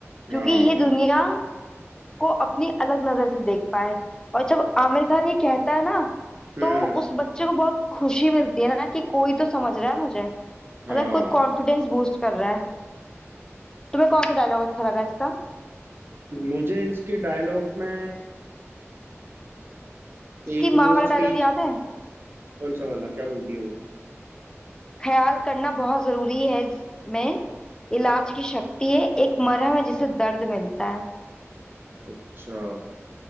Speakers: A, on the left; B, on the right.
A: क्योंकि
B: हाँ
A: ये दुनिया को अपनी अलग नजर से देख पाए और जब आमिर खान ये कहता है ना
B: हम्म
A: तो उस बच्चे को बहुत खुशी मिलती है ना कि कोई तो समझ रहा है मुझे मतलब
B: हाँ
A: कोई कॉन्फिडेंस बूस्ट कर रहा है तुम्हें कौन सा डायलॉग अच्छा लगा इसका
B: मुझे इसके डायलॉग्स में
A: इसकी
B: एक
A: माँ
B: वो
A: वाला
B: स्पीच
A: डायलॉग याद है
B: कौन सा वाला क्या बोलती है वो
A: ख्याल करना बहुत जरूरी है इसमें इलाज की शक्ति है एक मरहम है जिसे दर्द मिलता है
B: अच्छा